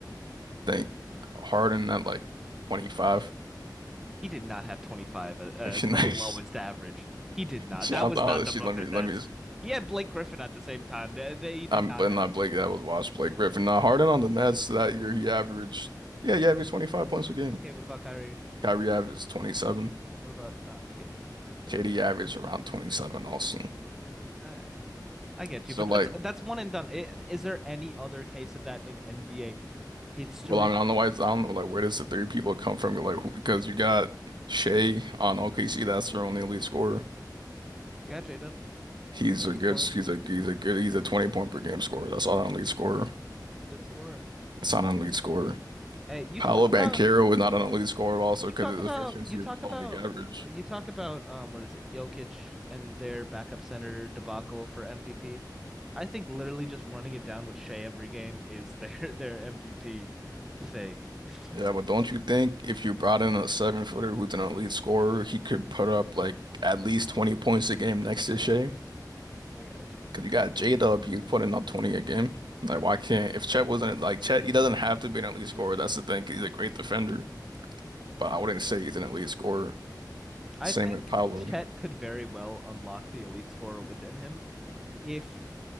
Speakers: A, on the right; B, in the centre.
A: think Harden at like 25.
B: He did not have 25 a- as
A: Like she, <laughs> nice.
B: the lowest average. He did not.
A: she
B: That
A: I
B: was
A: thought
B: not
A: that
B: the
A: she
B: Brooklyn
A: let me let
B: Nets.
A: me. Just,
B: He had Blake Griffin at the same time. They, they, he did
A: I'm
B: not
A: but
B: have.
A: not Blake. That was watch Blake Griffin. Now Harden on the Nets that year he averaged yeah he averaged 25 points a game.
B: Okay, what about Kyrie?
A: Kyrie averaged 27.
B: What about uh, Katie's gonna have 30.
A: KD averaged around 27 also.
B: Yeah. I I get
A: So
B: you, but
A: like
B: that's that's one and done. I- Is there any other case of that in NBA history?
A: well I mean I don't know why it's, I don't know like where does the three people come from like who, because you got Shea on OKC that's their only elite scorer.
B: Yeah, J-Dub.
A: He's
B: J-Dub
A: a
B: be
A: good
B: scoring.
A: he's a he's a good he's a 20 point per game scorer. That's not an elite scorer.
B: That's a good scorer.
A: It's not an elite scorer.
B: Hey, you
A: Paolo
B: talk
A: Banchero
B: about
A: was not an elite scorer also
B: You
A: because
B: talk
A: his
B: about
A: efficiency
B: you talk
A: is below
B: about
A: league average.
B: uh, you talk about um what is it, Jokic and their backup center debacle for MVP. I think literally just running it down with Shea every game is their <laughs> their MVP thing. <laughs>
A: Yeah, but don't you think if you brought in a seven footer who's an elite scorer, he could put up like at least 20 points a game next to Shea?
B: I got you.
A: Because you got J-Dub, he's putting up 20 a game. Like, why can't, if Chet wasn't like Chet, he doesn't have to be an elite scorer. That's the thing. 'cause He's a great defender, but I wouldn't say he's an elite scorer.
B: I
A: Same
B: think
A: with Paolo.
B: Chet could very well unlock the elite scorer within him if